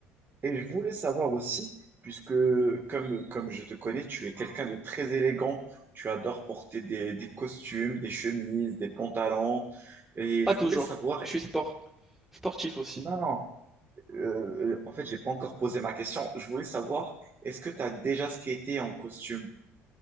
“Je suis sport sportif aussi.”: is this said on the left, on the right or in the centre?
Centre